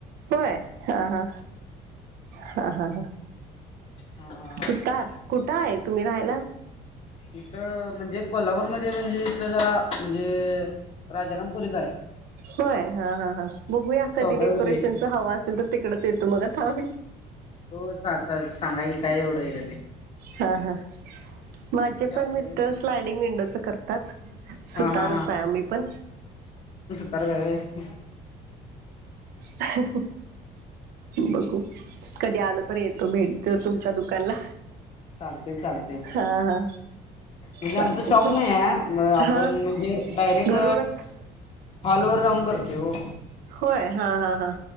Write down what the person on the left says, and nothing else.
हा हा.
इथ म्हणजे कोल्हापूरमध्येध्ये म्हणजे इथ ज म्हणजे राजानाम पुोल
चौदावी
गल्ली.
हो चाचा सांगा की काय एवढं आहे का नाही
ते आपलं
कसं
हा
हा
तराच आहे
चालते लते
म्हणजे
आमच शॉप
नाही आहे आपण
म्हणजे डायरेक्ट
ऑल ओवर जाऊन करते हो